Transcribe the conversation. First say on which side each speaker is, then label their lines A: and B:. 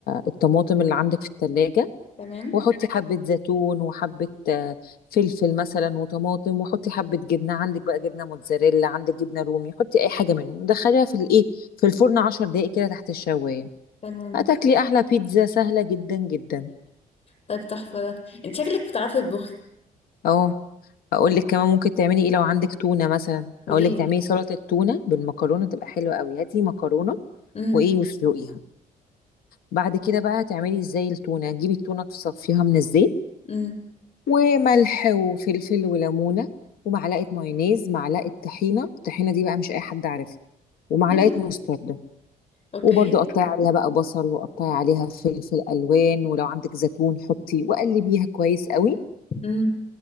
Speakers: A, on the left (about 75°); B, on the left (about 45°).
A: الطماطم اللي عندك في التلاجة
B: تمام
A: وحطي حبه زيتون وحبه آه، فلفل مثلا وطماطم وحطي حبه جبنه عندك بقى جبنه موتزاريلا عندك جبنه رومي حطي اي حاجه منهم ودخليها في الايه في الفرن 10 دقائق كده تحت الشوايه
B: تمام
A: هتاكلي احلى بيتزا سهله جدا جدا
B: طيب تحفة ده انت شكلك بتعرفي تطبخي
A: اهو اقول لك كمان ممكن تعملي ايه لو عندك تونه مثلا
B: قوليلي
A: اقول لك تعملي سلطه تونه بالمكرونه تبقى حلوه قوي هاتي مكرونه
B: امم
A: وايه واسلقيها بعد كده بقى تعملي ازاي التونه جيبي التونه تصفيها من الزيت
B: امم
A: وملح وفلفل وليمونه ومعلقه مايونيز معلقه طحينه الطحينه دي بقى مش اي حد عارفها ومعلقه
B: <laughs>
A: مستردة
B: اوكي
A: وبرده قطعي عليها بقى بصل وقطعي عليها فلفل الوان ولو عندك زيتون حطي وقلبيها كويس قوي
B: امم